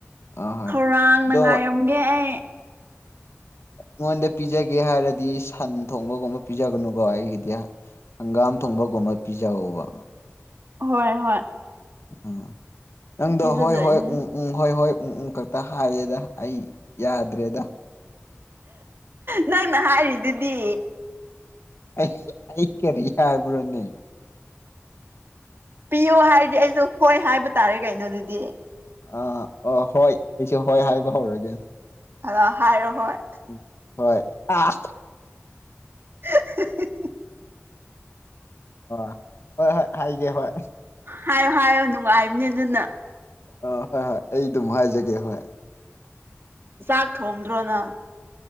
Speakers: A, on the left (about 65°); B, on the right (about 50°).
A: ꯑꯥ ꯍꯣꯏ
B: ꯈꯧꯔꯥꯡꯅ
A: ꯑꯗꯣ
B: ꯉꯥꯏꯔꯝꯒꯦ ꯑꯩ
A: ꯑꯩꯉꯣꯟꯗ ꯄꯤꯖꯒꯦ ꯍꯥꯏꯔꯗꯤ ꯁꯟ ꯊꯣꯡꯕꯒꯨꯝꯕ ꯄꯤꯖꯒꯅꯨꯀꯣ ꯑꯩꯒꯤꯗꯤ ꯍꯪꯒꯥꯝ ꯊꯣꯡꯕꯒꯨꯝꯕ ꯄꯤꯖꯧꯕ
B: ꯍꯣꯏ ꯍꯣꯏ
A: ꯎꯝ ꯅꯪꯗ
B: ꯄꯤꯖꯗꯣꯏꯅꯦ
A: ꯍꯣꯏ ꯍꯣꯏ ꯎꯝ ꯎꯝ ꯍꯣꯏ ꯍꯣꯏ ꯎꯝ ꯎꯝ ꯈꯛꯇ ꯍꯥꯏꯌꯦꯗ ꯑꯩ ꯌꯥꯗ꯭ꯔꯦꯗ
B: ꯅꯪꯅ ꯍꯥꯏꯔꯤꯗꯨꯗꯤ
A: ꯑꯩ ꯑꯩ ꯀꯦꯔꯤ ꯍꯥꯏꯕ꯭ꯔꯣꯅꯦ
B: ꯄꯤꯌꯣ ꯍꯥꯏꯔꯗꯤ ꯑꯩꯁꯨ ꯍꯣꯏ ꯍꯥꯏꯕ ꯇꯥꯔꯦ ꯀꯩꯅꯣ ꯑꯗꯨꯗꯤ
A: ꯑꯥ ꯑꫭ ꯍꯣꯏ ꯑꯩꯁꯨꯦ ꯍꯣꯏ ꯍꯥꯏꯕ ꯍꯧꯔꯒꯦ
B: ꯑꯗꯣ ꯍꯥꯏꯔꯣ ꯍꯣꯏ
A: ꯎꯝ ꯍꯣꯏ ꯑꯥ
B: <inaudible>
A: ꯑ ꯍꯣꯏ ꯍꯣꯏ ꯍꯥꯏꯒꯦ ꯍꯣꯏ
B: ꯍꯥꯏꯌꯣ ꯍꯥꯏꯌꯣ ꯅꯨꯡꯉꯥꯏꯕꯅꯦ ꯑꯗꯨꯅ
A: ꯑꯥ ꯍꯣꯏ ꯍꯣꯏ ꯑꯩ ꯑꯗꯨꯝ ꯍꯥꯏꯖꯒꯦ ꯍꯣꯏ
B: ꯆꯥꯛ ꯊꯣꯡꯗ꯭ꯔꯣ ꯅꯪ